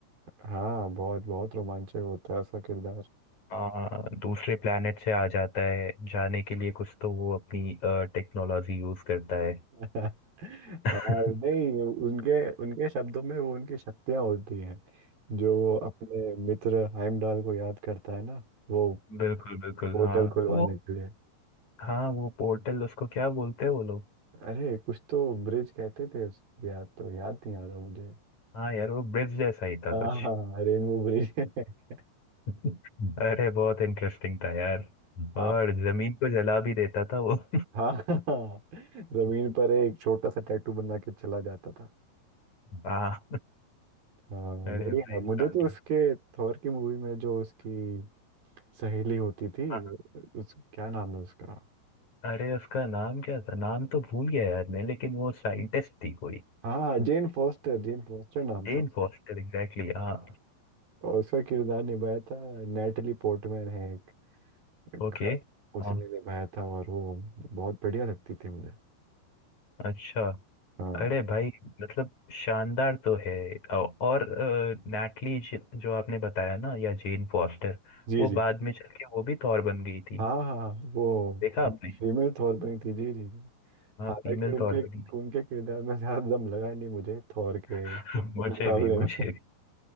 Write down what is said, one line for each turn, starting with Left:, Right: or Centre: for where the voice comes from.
Right: हाँ बहुत बहुत रोमांचक होता है उसका किरदार
Left: आ, दूसरे प्लेनेट से आ जाता है जाने के लिए कुछ तो वो अपनी टेक्नोलॉजी यूज करता है
Right: <laughs> हाँ
Left: हाँ
Right: नहीं उनके उनके शब्दों में वो उनकी शक्तियां होती हैं जो अपने मित्र हाइमडाल को याद करता है ना वो
Left: बिल्कुल बिल्कुल
Right: पोर्टल
Left: हाँ
Right: हाँ
Left: तो
Right: खुलवाने
Left: वो
Right: के लिए
Left: हाँ वो पोर्टल उसको क्या बोलते हैं वो लोग
Right: अरे कुछ तो ब्रिज कहते थे उसको, याद तो याद नहीं आ रहा मुझे
Left: हाँ यार वो ब्रिज जैसा ही था
Right: हाँ
Left: कुछ
Right: हाँ हाँ, रेनबो ब्रिज <laughs>
Left: <laughs> अरे बहुत इंटरेस्टिंग था यार
Right: आप
Left: और जमीन को जला भी देता था वो <laughs>
Right: हाँ हाँ, हाँ, जमीन पर एक छोटा सा टैटू बना के चला जाता था
Left: हाँ
Right: हाँ
Left: अरे
Right: बढ़िया
Left: भाई
Right: मुझे
Left: शानदार
Right: तो उसके थॉर की मूवी में जो उसकी सहेली होती थी
Left: हाँ,
Right: उस क्या नाम है उसका
Left: अरे उसका नाम क्या था नाम तो भूल गया यार मैं लेकिन वो साइंटिस्ट थी कोई
Right: हाँ जेन फोस्टर जेन फोस्टर नाम
Left: जेन
Right: था उसका
Left: फॉस्टर एग्जैक्टली हाँ
Right: तो उसका किरदार निभाया था नेटली पोर्टमैन है एक एक-
Left: ओके
Right: उसने
Left: हाँ
Right: निभाया था और वो बहुत बढ़िया लगती थी मुझे
Left: अच्छा
Right: हाँ
Left: अरे भाई मतलब शानदार तो है औ- और अ, नैटली ज- जो आपने बताया ना या जेन फॉस्टर
Right: जी
Left: वो
Right: जी
Left: बाद में चल के वो भी थॉर बन गई थी
Right: हाँ हाँ वो
Left: देखा आपने
Right: फीमेल थॉरबिन थी जी जी जी।
Left: हाँ
Right: हालांकि
Left: फीमेल
Right: उनके
Left: थॉर बनी थी
Right: उनके किरदार में ज्यादा दम लगा नहीं मुझे थॉर के
Left: <laughs> मुझे
Right: मुकाबले
Left: भी मुझे
Right: में
Left: भी